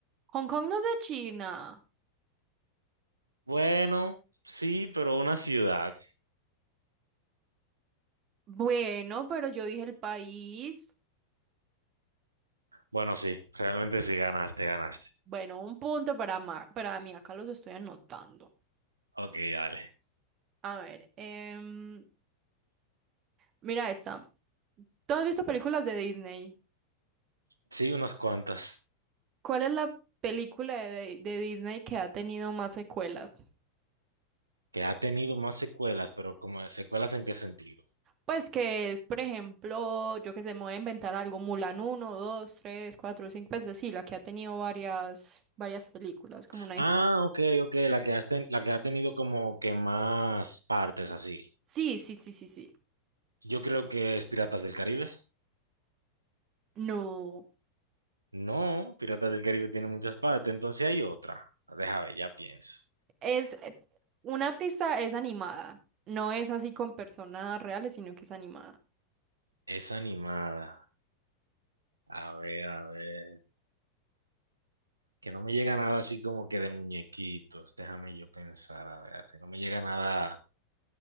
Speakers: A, on the right (about 30°); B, on the right (about 80°).
A: Hong Kong no es de China.
B: Bueno, sí, pero una ciudad.
A: Bueno, pero yo dije el país.
B: Bueno, sí, realmente sí ganaste, ganaste.
A: Bueno, un punto para, ma- para mí, acá los estoy anotando.
B: Ok, dale.
A: A ver, em, mira esta. ¿Tú has visto películas de Disney?
B: Sí, unas cuantas.
A: ¿Cuál es la película de, de Disney que ha tenido más secuelas?
B: Que ha tenido más secuelas, pero como secuelas en qué sentido.
A: Pues que es, por ejemplo, yo que sé, me voy a inventar algo, Mulan uno, 2, 3, 4, 5. pues de sí, la que ha tenido varias, varias películas, como una...
B: Ah,
A: his-
B: ok, ok, la que, has ten- la que ha tenido como que más partes así.
A: Sí, sí, sí, sí, sí.
B: Yo creo que es Piratas del Caribe.
A: No,
B: No, Piratas del Caribe tiene muchas partes, entonces hay otra. Déjame, ya pienso.
A: es... Una pista es animada, no es así con personas reales, sino que es animada.
B: Es animada. A ver, a ver. Que no me llega nada así como que de muñequitos. Déjame yo pensar, a ver, si no me llega nada